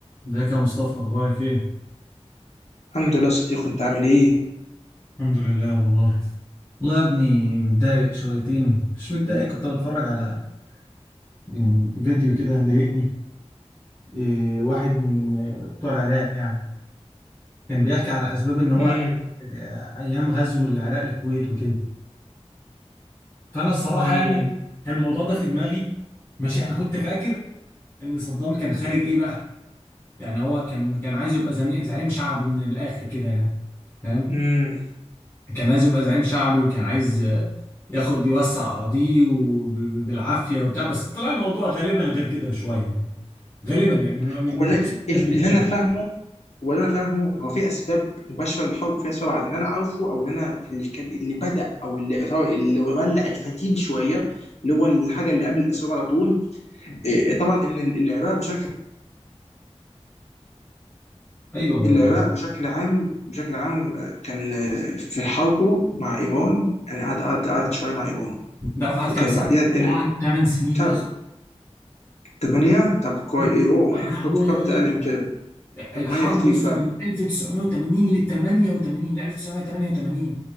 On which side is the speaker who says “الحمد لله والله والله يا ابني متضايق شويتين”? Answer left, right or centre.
Left